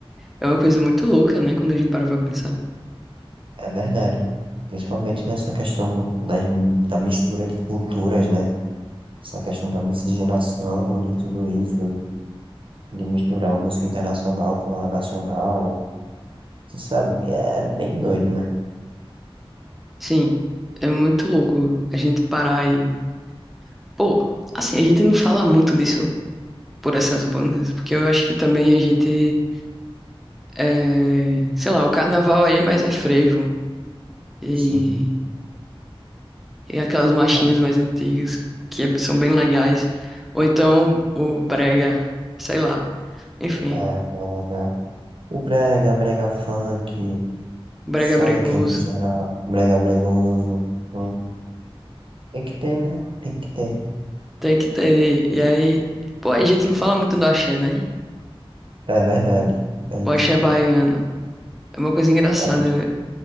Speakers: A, in the centre; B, on the right.
A: é uma coisa muito louca, né, quando a gente para pra pensar.
B: é verdade. Principalmente nessa questão das, da mistura de culturas, né? Essa questão da miscigenação, de tudo isso, de misturar o música internacional com a nacional. Tu sabe, é bem doido, né?
A: Sim, é muito louco a gente parar e. Pô, assim, a gente não fala muito disso por essas bandas, porque eu acho que também a gente. É... Sei lá, o carnaval aí é mais é frevo. e
B: Sim.
A: E aquelas marchinhas
B: Então,
A: mais antigas, que é- são bem legais. Ou então o brega, sei lá. Enfim,
B: é brega. O brega, brega funk,
A: brega
B: funk
A: é bregoso.
B: no geral, brega bregoso. Então, tem que ter, né? Tem que ter.
A: Tem que ter. E aí, pô, a gente não fala muito do axé, né?
B: É verdade. A gente,
A: O axé baiano. É uma coisa engraçada,
B: a gente,
A: né?